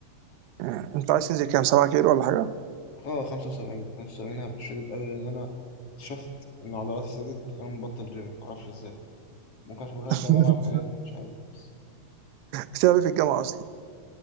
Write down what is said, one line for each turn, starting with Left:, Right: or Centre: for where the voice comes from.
Right: مم. انت عايز تنزل كام 7 كيلو ولا حاجه؟
Left: اه خمسة وسبعين خمسة وسبعين هبقى شديد أوي لأن أنا اكتشفت إن عضلاتي زادت وأنا مبطل جيم معرفش إزاي ممكن عشان بروح
Right: <laughs>
Left: الجامعة ألعب حاجات مش عارف بس
Right: بتلعب إيه في الجامعه اصلا؟